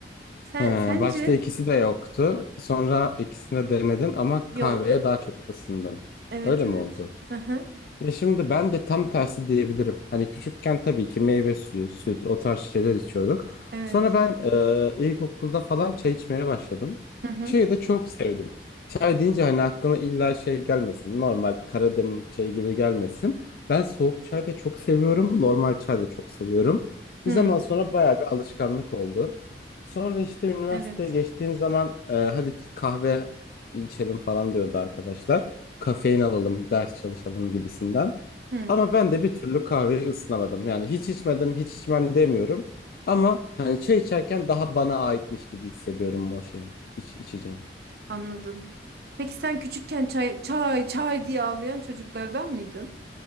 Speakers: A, on the right; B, on the left.
A: Sen
B: He,
A: sence?
B: başta ikisi de yoktu. Sonra ikisini de denedin ama
A: Yok.
B: kahveye daha çok ısındın.
A: Evet
B: Öyle
A: evet.
B: mi oldu?
A: Hı hı.
B: Ya şimdi ben de tam tersi diyebilirim. Hani küçükken tabii ki meyve suyu, süt o tarz şeyler içiyorduk.
A: Evet.
B: Sonra ben e, ilkokulda falan çay içmeye başladım.
A: Hı hı.
B: Çayı da çok sevdim. Çay deyince hani aklına illa şey gelmesin. Normal Karademlik çayı gibi gelmesin. Ben soğuk çay da çok seviyorum. Normal çay da çok seviyorum.
A: Hı.
B: Bir zaman sonra bayağı bir alışkanlık oldu. Sonra işte üniversiteye
A: Evet.
B: geçtiğim zaman e, hadi kahve içelim falan diyordu arkadaşlar kafein alalım, ders çalışalım gibisinden.
A: Hı.
B: Ama ben de bir türlü kahveyi ısınamadım. Yani hiç içmedim, hiç içmem demiyorum. Ama hani çay içerken daha bana aitmiş gibi hissediyorum o şeyin, iç, içeceğin.
A: Anladım. Peki sen küçükken çay çay çay diye ağlayan çocuklardan mıydın?